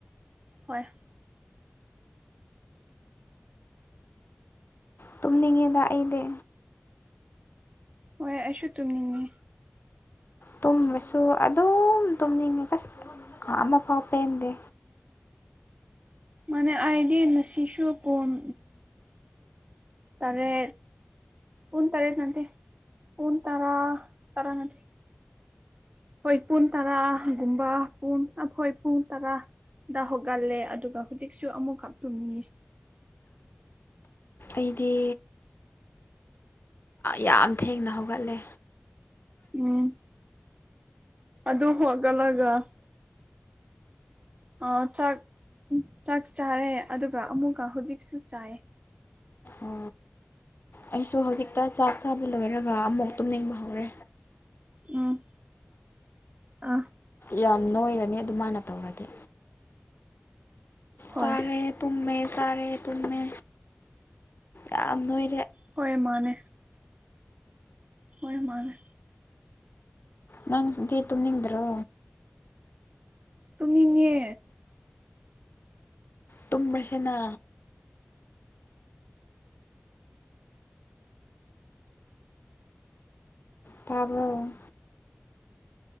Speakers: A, on the right; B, on the left.
A: ꯍꯣꯏ
B: ꯇꯨꯝꯅꯤꯡꯉꯦꯗꯥꯛ ꯑꯩꯗ
A: ꯍꯣꯏ ꯑꯩꯁꯨ ꯇꯨꯝꯅꯤꯡꯉ
B: ꯇꯨꯝꯕꯁꯨ ꯑꯗꯨꯝ ꯇꯨꯝꯅꯤꯡꯉꯦꯁ ꯑꯃ ꯄꯥꯎ ꯄꯦꯟꯗꯦ
A: ꯃꯅꯤ ꯑꯥꯏꯗꯤꯅꯁꯤꯁꯨ ꯀ ꯎꯝ ꯇꯔꯦ ꯄꯟ ꯇꯔꯥꯦꯗ ꯅꯠꯇꯗꯤ ꯄꯟ ꯇꯔꯥ ꯇꯔꯥ ꯅꯠꯇꯗꯤ ꯑꯩꯈꯣꯏ ꯄꯨꯡ ꯇꯔꯥꯒꯨꯝꯕ ꯄꯨꯡ ꯑꯩꯈꯣꯏ ꯄꯨꯡ ꯇꯔꯥ ꯗ ꯍꯧꯒꯜꯂꯦ ꯑꯗꯨꯒ ꯍꯧꯖꯤꯛꯁꯨ ꯑꯃꯨꯛ ꯈ ꯇꯨꯝꯉ
B: ꯑꯩꯗꯤ ꯌꯥꯝ ꯊꯦꯡꯅ ꯍꯧꯒꯠꯂꯦ
A: ꯎꯝ ꯑꯗ ꯍ ꯀꯂꯒ ꯑ ꯆꯥꯛ ꯆꯥꯛ ꯆꯥꯔꯦ ꯑꯗꯨꯒ ꯑꯃꯨꯛꯀ ꯍꯧꯖꯤꯛꯁꯨ ꯆꯥꯏ
B: ꯑꯣ ꯑꯩꯁꯨ ꯍꯧꯖꯤꯛꯇ ꯆꯥꯛ ꯆꯥꯕ ꯂꯣꯏꯔꯒ ꯑꯃꯨꯛ ꯇꯨꯝꯅꯤꯡꯕ ꯍꯧꯔꯦ
A: ꯎꯝ ꯑꯥ
B: ꯌꯥꯝ ꯅꯣꯏꯔꯅꯤ ꯑꯗꯨꯃꯥꯏꯅ ꯇꯧꯔꯗꯤ
A: ꯍꯣꯏ
B: ꯆꯥꯔꯦ ꯇꯨꯝꯃꯦ ꯇꯥꯔꯦ ꯇꯨꯝꯃꯦ ꯌꯥꯝ ꯅꯣꯏ
A: ꯍꯣꯏ ꯃꯥꯅꯦ ꯍꯣꯏ ꯃꯥꯔꯦ
B: ꯅꯪꯗꯤ ꯇꯨꯝꯅꯤꯡꯗ꯭ꯔꯣ
A: ꯇꯃꯤ ꯅ
B: ꯇꯨꯝꯕꯁꯤꯅ ꯇꯥꯔꯕꯔ